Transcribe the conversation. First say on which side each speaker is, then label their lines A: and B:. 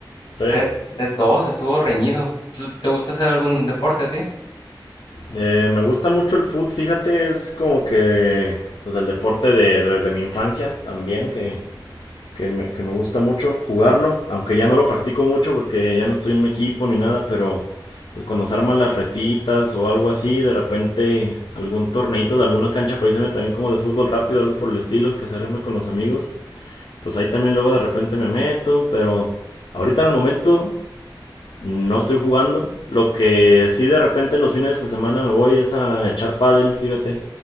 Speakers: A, on the left (about 85°); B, on the left (about 65°).
A: Sí.
B: Tres, tres, dos. estuvo reñido. ¿Tú- te gusta hacer algún deporte a ti?
A: Eh, me gusta mucho el fútbol, fíjate, es como que, pues el deporte de, desde mi infancia también, que que me, que me gusta mucho jugarlo, aunque ya no lo practico mucho porque ya no estoy en un equipo ni nada, pero pues cuando se arman las retitas o algo así, de repente algún torneito de alguna cancha, pareceme también como de fútbol rápido, algo por el estilo, que se arme con los amigos, pues ahí también luego de repente me meto, pero ahorita en el momento no estoy jugando, lo que sí de repente los fines de semana me voy es a echar pádel, fíjate,